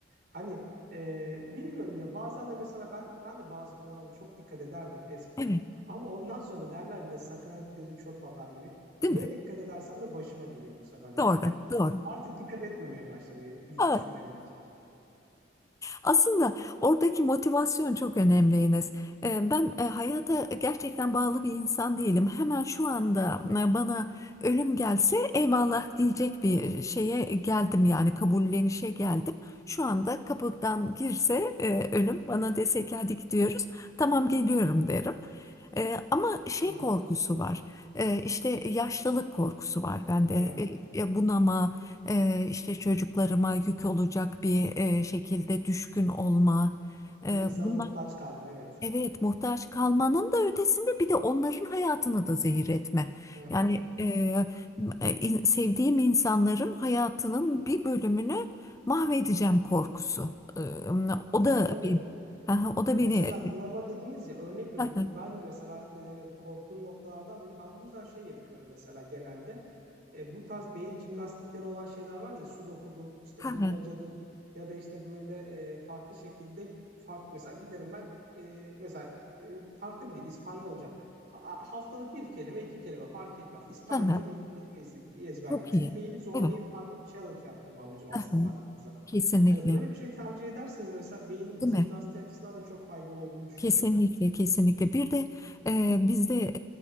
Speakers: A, on the right; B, on the left.
A: Hani e, bilmiyorum ya bazen de mesela ben ben de bazı konularda çok dikkat ederdim eskiden.
B: Evet,
A: Ama ondan sonra derler bir de sakınan göze çöp batar gibi.
B: değil
A: Neye
B: mi?
A: dikkat edersem de başıma geliyor bu sefer yani
B: Doğru,
A: baktığınızda.
B: doğru.
A: Artık dikkat etmemeye başlamayı düş-
B: Evet.
A: düşünmeye başladım.
B: Aslında oradaki motivasyon çok önemli Enes. Ee, Ben e, hayata gerçekten bağlı bir insan değilim. Hemen şu anda e, bana ölüm gelse eyvallah diyecek bir şeye geldim yani kabullenişe geldim. Şu anda kapıdan girse e, ölüm bana dese ki hadi gidiyoruz tamam geliyorum derim. Ee, ama şey
A: Hı hı.
B: korkusu var, Ee, işte yaşlılık korkusu var bende.
A: Hı.
B: Ee, e, bunama, e, işte çocuklarıma yük olacak bir e, şekilde düşkün olma.
A: Bir
B: Ee,
A: insana
B: bunlar
A: muhtaç kalma evet.
B: evet muhtaç kalmanın da ötesinde bir de onların hayatını da zehir etme.
A: Hı hı.
B: Yani e, e, in- sevdiğim insanların hayatının bir bölümünü mahvedeceğim korkusu. Ee, o
A: Tabii
B: da
A: tabii.
B: beni, <laughs> o da
A: Mesela
B: beni.
A: bunama dediniz ya örnek veriyorum
B: <laughs>
A: bu ben de mesela e, korktuğum noktalardan biri ben bu yüzden şey yapıyorum mesela genelde E, bu tarz beyin jimnastikleri olan şeyler var ya sudoku'dur işte
B: Evet.
A: bulmacadır ya da işte böyle e, farklı şekilde farklı mesela giderim ben e, mesela e, farklı bir dil İspanyolca Ha- haftada bir kelime iki kelime fark etmez İspanyolca
B: <laughs>
A: bir ezim- ezberleyeyim.
B: Çok iyi.
A: Çünkü beyni zorlayıp
B: Evet.
A: farklı bir challenge yaptırma amacım aslında
B: Hı hı.
A: baktığınız zaman.
B: Kesinlikle.
A: Hani böyle bir şey tercih ederseniz mesela beyin
B: Değil
A: jimnastiği
B: mi?
A: açısından da çok faydalı olduğunu düşünüyorum
B: Kesinlikle,
A: ben.
B: kesinlikle. Bir de e, bizde